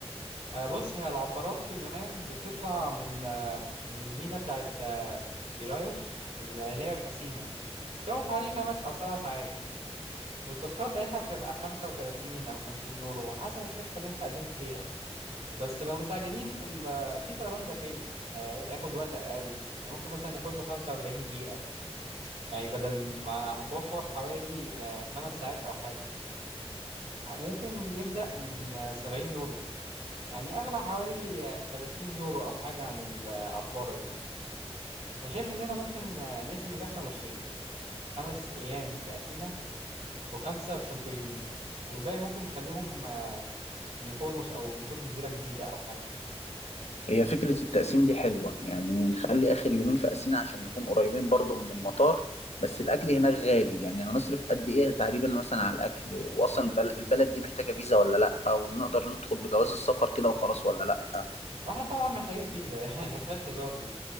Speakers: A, on the right; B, on the left.
A: آه، بص هي العبارات في اليونان بتطلع من آه، من المينا بتاعت آه، بيرايوس في ال- اللي هي في اثينا بتاخد حوالي خمس او سبع ساعات والتذكره بتاعتها بتبقى 35 او 50 يورو على حسب الشركه اللي انت قدمت فيها بس لو مستعجلين في ال- في طيران داخلي آه، هياخد وقت اقل يعني ممكن مثلا ياخد له 45 دقيقه يعني بدل ما هتوفر حوالي آه، خمس ساعات او حاجه ممكن يبدا من آه، 70 يورو يعني أغلى حوالي 30 يورو أو حاجة عن العبارة دي أنا شايف إننا ممكن نقسم الرحلة نصين يعني خمس أيام في أثينا وخمسة في سانتوريني والباقي ممكن نخليهم ميكونوس أو نشوف جزيرة جديدة أو حاجة
B: هي فكرة التقسيم دي حلوة يعني نخلي آخر يومين في أسينا عشان نكون قريبين برضو من المطار بس الأكل هناك غالي يعني هنصرف قد إيه تقريبا مثلا على الأكل وأصلا البل- البلد دي محتاجة فيزا ولا لأ ونقدر ندخل بجواز السفر كده وخلاص ولا لأ
A: وإحنا طبعا محتاجين فيزا <laughs> يعني ما فيهاش هزار دي